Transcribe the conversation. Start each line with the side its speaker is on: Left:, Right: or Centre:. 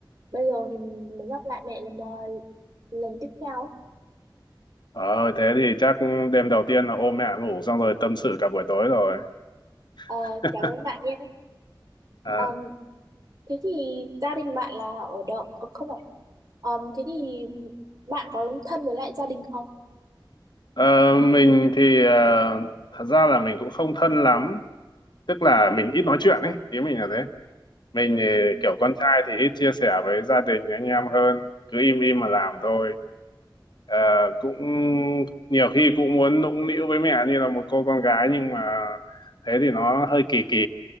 Right: bây giờ thì mình mới gặp lại mẹ lần, lần tiếp theo.
Left: ờ thế thì chắc đêm đầu tiên là ôm mẹ ngủ xong rồi tâm sự cả buổi tối rồi
Right: Ờ,
Left: <laughs>
Right: cảm ơn bạn nhé.
Left: à,
Right: Ờ, thế thì gia đình bạn là ở đâu? Ờ, không phải. Ờ, thế thì bạn có thân với lại gia đình không?
Left: ờ, mình thì ờ, thật ra là mình cũng không thân lắm tức là mình ít nói chuyện ấy ý mình là thế mình thì
Right: Ừ,
Left: kiểu con trai thì ít chia sẻ với gia đình anh em hơn cứ im im mà làm thôi Ờ, cũng nhiều khi cũng muốn nũng nịu với mẹ như là một cô con gái nhưng mà thế thì nó hơi kỳ kỳ